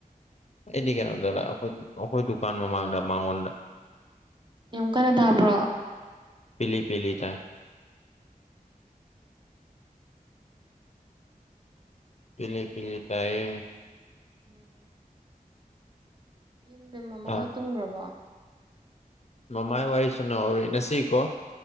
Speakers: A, on the left (about 50°); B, on the right (about 30°).
A: ꯑꯩꯗꯤ ꯀꯩꯅꯣ ꯗꯗ ꯑꯩꯈꯣꯏ ꯑꯩꯈꯣꯏ ꯗꯨꯀꯥꯟ ꯃꯃꯥꯡꯗ ꯃꯉꯣꯟꯗ
B: ꯅꯨꯛ ꯀꯟꯅ ꯇꯥꯕ꯭ꯔꯣ
A: ꯄꯂꯤ ꯄꯂꯤ ꯇ ꯄꯂꯦ ꯄꯤꯂꯦ ꯇꯑ
B: ꯎꯝ ꯌꯨꯝꯗ ꯃꯃꯥ
A: ꯑꯥ
B: ꯍꯣꯏ ꯇꯨꯡꯈ꯭ꯔꯕꯣ
A: ꯃꯃꯥꯏ ꯋꯥꯔꯤ ꯁꯅꯍꯧꯔꯦꯅꯁꯤꯀꯣ